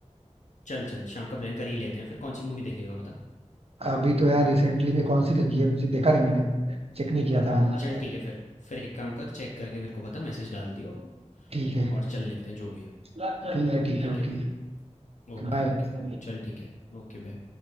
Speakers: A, on the left; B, on the right.
A: चल, चल शाम का प्लान कर ही लेते हैं फिर, कौन-सी मूवी देखेगा बता?
B: अभी तो यार रिसेंटली में कौन सी लगी है मुझे देखा नहीं मैंने चेक नहीं किया था मैंने
A: चल ठीक है फिर। फिर एक काम कर चेक करके मेरे को बता मैसेज डाल दियो।
B: ठीक है
A: और चल लेते हैं जो भी है,
B: ठीक है ठीक
A: ठीक
B: है ओके
A: है? Okay,
B: बाय
A: okay. चल ठीक है, ओके बाय।